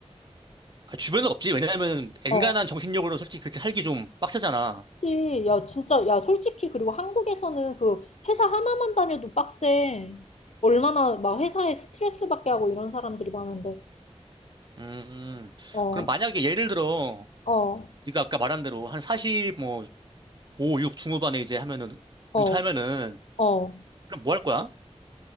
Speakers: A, on the right; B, on the left.
A: 아, 주변은 없지. 왜냐하면 엔간한
B: 어.
A: 정신력으로 솔직히 그렇게 살기 좀 빡세잖아.
B: 그치. 야, 진짜, 야, 솔직히, 그리고 한국에서는 그 회사 하나만 다녀도 빡세. 얼마나 막 회사에 스트레스 받게 하고 이런 사람들이 많은데.
A: 음,
B: 어,
A: 그럼 만약에 예를 들어
B: 어,
A: 네가 아까 말한 대로 한 40, 뭐 5, 6 중후반에 이제 하면은
B: 어,
A: 은퇴하면은
B: 어,
A: 그럼 뭐 할 거야?